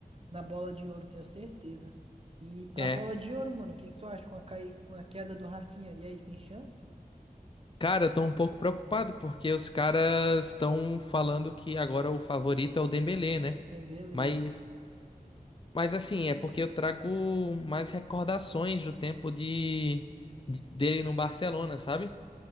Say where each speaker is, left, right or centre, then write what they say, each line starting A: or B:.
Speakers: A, on the right (about 40°); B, on the left (about 35°).
A: na bola de ouro, tenho certeza. E pra
B: É.
A: bola de ouro, mano, o que que tu acha com a, cai... com a queda do Rafinha? E aí, tem chance?
B: Cara, eu tô um pouco preocupado porque os caras estão falando que agora o favorito é o Dembélé, né?
A: Dembélé,
B: Mas.
A: sim.
B: Mas assim, é porque eu trago mais recordações do tempo de, de- dele no Barcelona, sabe?